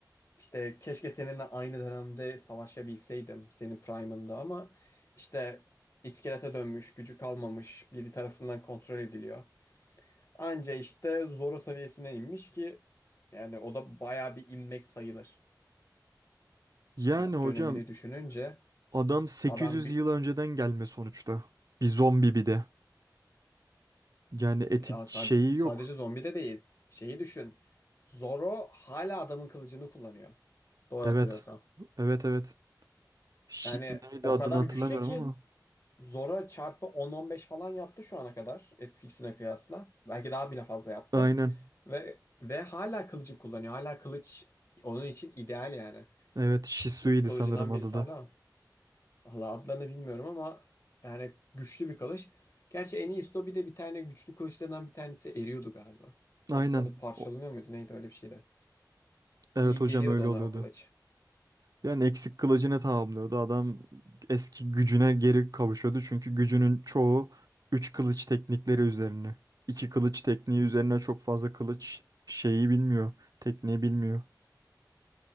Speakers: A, on the left; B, on the right.
A: İşte keşke seninle aynı dönemde savaşabilseydim. Senin prime'ında ama işte iskelete dönmüş, gücü kalmamış, biri tarafından kontrol ediliyor. Anca işte Zoro seviyesine inmiş ki yani o da bayağı bir inmek sayılır.
B: Yani
A: Yani
B: hocam
A: dönemini düşününce
B: adam 800
A: adam bir
B: yıl önceden gelme sonuçta. Bir zombi bir de. Yani etik
A: ya sa-
B: şeyi
A: sadece
B: yok.
A: zombi de değil. Şeyi düşün. Zoro hala adamın kılıcını kullanıyor. Doğru
B: Evet.
A: hatırlıyorsam.
B: Evet evet. Şi-
A: Yani
B: neydi
A: o
B: adını
A: kadar
B: hatırlamıyorum
A: güçlü ki
B: ama.
A: Zoro çarpı 10-15 falan yaptı şu ana kadar. Eskisine kıyasla. Belki daha bile fazla yaptı.
B: Aynen.
A: Ve ve hala kılıcı kullanıyor. Hala kılıç onun için ideal yani.
B: Evet, Shisui'ydi
A: Üç kılıcından
B: sanırım adı
A: birisi
B: da.
A: hala. Valla adlarını bilmiyorum ama yani güçlü bir kılıç. Gerçi Enisto bir de bir tane güçlü kılıçlarından bir tanesi eriyordu galiba. Paslanıp
B: Aynen.
A: parçalanıyor
B: O-
A: muydu neydi öyle bir şeydi.
B: Evet
A: İyi
B: hocam
A: geliyordu
B: öyle
A: ona
B: oluyordu.
A: o kılıç.
B: Yani eksik kılıcını tamamlıyordu. Adam eski gücüne geri kavuşuyordu. Çünkü gücünün çoğu 3 kılıç teknikleri üzerine. iki kılıç tekniği üzerine çok fazla kılıç şeyi bilmiyor. Tekniği bilmiyor.